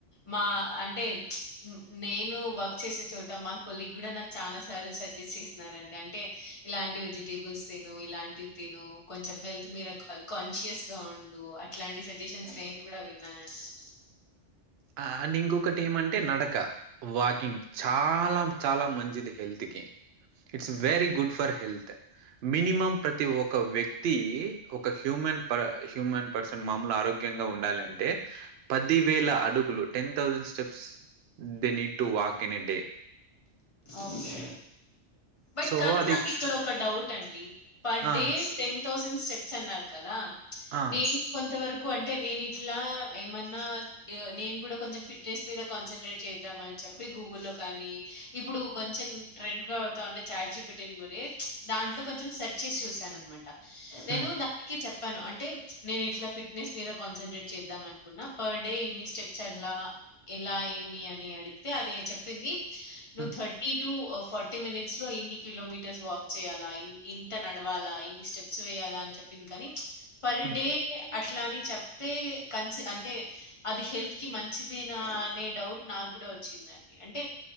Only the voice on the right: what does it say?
ఆ నింగ్ ఒకద్ ఏమంటే నడక వాకింగ్ చాలా చాలా మంచిది హెల్త్ కి ఇట్స్ Very
good for health minimum ప్రతి ఒక వ్యక్తి ఒక హ్యూమన్ ప హ్యూమన్ పర్సన్ మాములు ఆరోగ్యంగా ఉండాలంటే పది వేల అడు ten thousand steps they need to walk in a day
so
అది
ఆ!
ఆ!
హ్మ్.
హ్మ్.
హ్మ్.